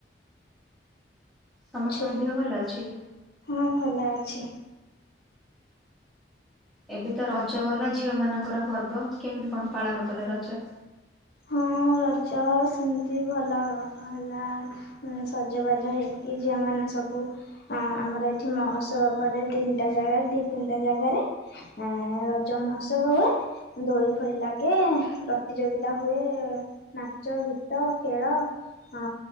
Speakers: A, in the centre; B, on the left (about 55°).
A: ସମସ୍ତଙ୍କ
B: ଛୁ
A: ଦେହ ଭଲ ଅଛି?
B: ହଁ ଭଲ ଅଛି।
A: ଏବେ ତ ରଜ ଗଲା ଝିଅ ମାନଙ୍କର ପର୍ବ। କେମିତି କଣ ପାଳନ କଲେ ରଜ?
B: ହଁ ରଜ ସେମିତି ଭଲ ହେଲା। ଏଁ, ସଜବାଜ ହେଇକି ଝିଅ ମାନେ ସବୁ ହଁ ଆମର ଏଠି ମହୋତ୍ସବ ପରେ ତିନିଟା ଜାଗାରେ ଦି ତିନିଟା ଜାଗାରେ। ଆ, ରଜ ମହୋତ୍ସବ ହୁଏ। ଦୋଳି ଫୋଳି ଲାଗେ ପ୍ରତିଯୋଗି ତା ହୁ ନାଚ, ଗୀତ, ଖେଳ ହ